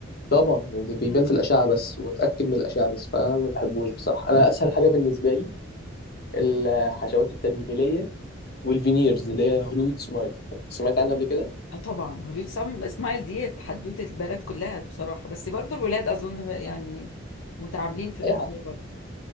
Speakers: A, on the left; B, on the left.
A: طبعا يعني دي بيبان
B: مم.
A: في الاشعه بس واتاكد من الاشعه بس فما بحبوش بصراحه انا اسهل حاجه بالنسبه لي الحشوات التجميليه والفينيرز اللي هي هولويد سمايل سمعت عنها قبل كده
B: اه طبعا هوليود سم اسماعيل ديت حدوته البنات كلها بصراحه بس برضو الولاد اظن يعني متعاملين في الموضوع
A: اي
B: برضو